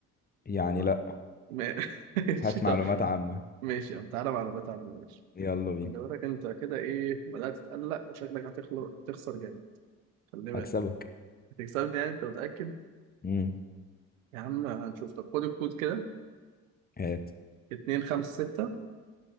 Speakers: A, on the left; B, on the right.
A: يعني
B: ما-
A: لا
B: ما- <laughs> ماشي
A: هات
B: طب
A: معلومات عامه
B: ماشي يا عم تعالى معلومات عامه ماشي
A: يلا بينا
B: خلي بالك انت كده ايه بدات تتقلق وشكلك هتخلق تخسر جامد خلي بالك
A: هكسبك
B: هتكسبني يعني انت متاكد
A: امم
B: يا عم هنشوف طب خد الكود كده
A: هات
B: 2 5 6